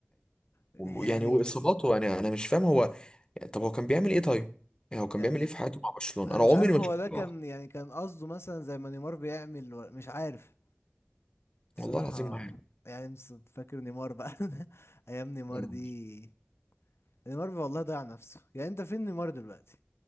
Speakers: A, on the left; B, on the left.
A: <laughs>
B: وم-
A: يعني
B: يعني واصاباته انا انا مش فاهم هو يعني طب هو كان بيعمل ايه طيب؟ يعني هو كان
A: يعني
B: بيعمل ايه في حياته مع برشلونه؟
A: انا
B: انا
A: مش
B: عمري
A: عارف
B: ما
A: هو
B: شفت
A: ده
B: له
A: كان يعني كان قصده مثلا زي ما نيمار بيعمل ولا- مش عارف بصراحه
B: والله العظيم ما عارف
A: يعني مس- فاكر نيمار بقى <laughs> ايام نيمار
B: أنا-
A: دي نيمار والله ضيع نفسه يعني انت فين نيمار دلوقتي